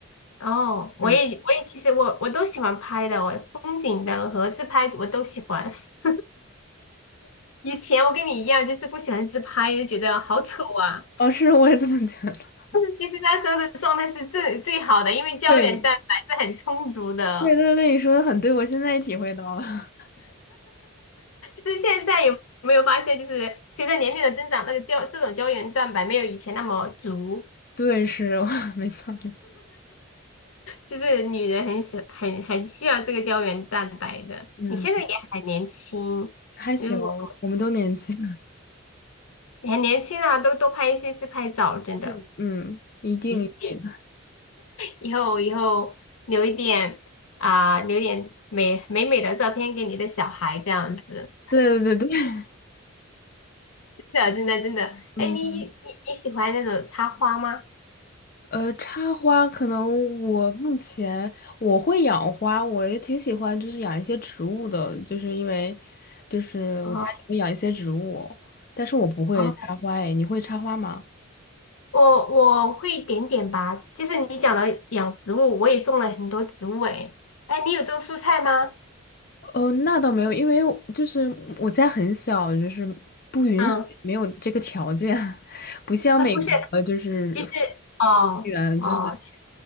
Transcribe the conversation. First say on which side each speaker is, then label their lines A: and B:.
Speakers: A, on the left; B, on the left.
A: 哦，我也我也其实我我都喜欢拍的，
B: 嗯，
A: 我风景的和自拍我都喜欢。<laughs> 以前我跟你一样，就是不喜欢自拍，就觉得好丑啊。
B: 哦，是，我也这么觉得。<laughs>
A: 但是其实那时候的状态是最最好的，因为胶原蛋白是很充足的。
B: 对，对对对，你说的很对，我现在也体会到了。<laughs>
A: 就是现在有没有发现，就是随着年龄的增长，那个胶这种胶原蛋白没有以前那么足，
B: 对，是，<laughs> 没错没错，
A: 就是女人很喜很很需要这个胶原蛋白的。
B: 嗯，
A: 你现在也很年轻，
B: 还行，
A: 如果。
B: 我们都年轻，
A: 很年轻啊，都多拍一些自拍照，
B: <laughs>
A: 真的
B: 嗯嗯，一定一定。
A: 也可以。以后以后留一点啊、留点美美美的照片给你的小孩，这样子，
B: 对对对，对，<laughs>
A: 真的真的真的。
B: 嗯，
A: 哎，你你你喜欢那种插花吗？
B: 呃，插花可能我目前我会养花，我也挺喜欢，就是养一些植物的，就是因为就是我家里会养一些植物，
A: 哦
B: 但是我不会插花，
A: 哦，
B: 哎，你会插花吗？
A: 我我会一点点吧，就是你讲的养植物，我也种了很多植物诶。哎，你有种蔬菜吗？
B: 呃，那倒没有，因为我就是我家很小，就是不允许，
A: 嗯，
B: 没有这个条件，<laughs> 不像美国，
A: 啊不是，
B: 就是人
A: 就是哦哦，
B: 员，就是。